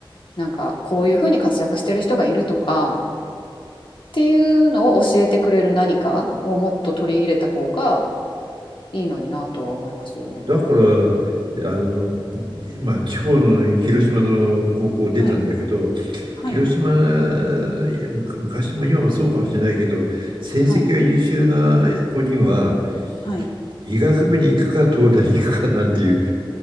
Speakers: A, on the left; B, on the right.
A: なんかこういうふうに活躍してる人がいるとかっていうのを教えてくれる何かをもっと取り入れた方がいいのになとは思いますよね。
B: だからあの、まあ、地方の広島の高校出たんだけど、
A: はい、はい、
B: 広島、むか昔も今もそうかもしれないけど、成績が優秀な子には、
A: はい、はい。
B: 医学部に行くか、東大に行くかなんていう、